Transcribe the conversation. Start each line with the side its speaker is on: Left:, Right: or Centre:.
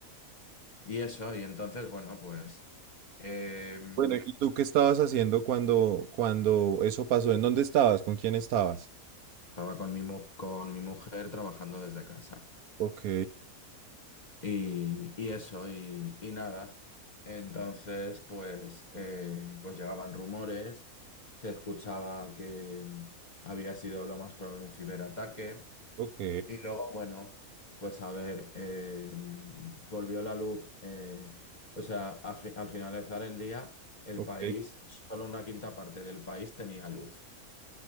Left: y eso, y entonces, bueno, pues eh,
Right: Bueno, ¿y tú qué estabas haciendo cuando, cuando eso pasó? ¿En dónde estabas? ¿Con quién estabas?
Left: estaba con mi, mu- con mi mujer trabajando desde casa.
Right: Ok.
Left: Y, y eso, y, y nada. Entonces, pues, eh, pues llegaban rumores, se escuchaba que mm, había sido lo más probable un ciberataque.
Right: Ok,
Left: Y luego, bueno, pues a ver, eh, mm, volvió la luz. eh, o sea, a fi- al finalizar el día, el
Right: ok.
Left: país, solo una quinta parte del país tenía luz.